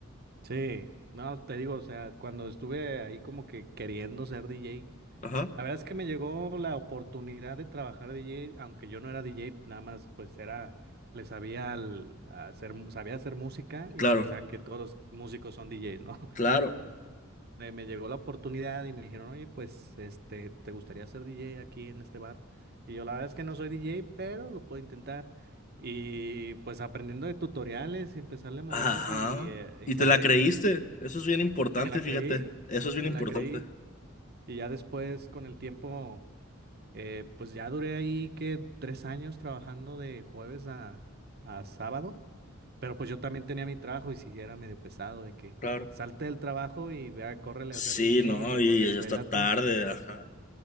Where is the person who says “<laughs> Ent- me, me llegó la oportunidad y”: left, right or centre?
Right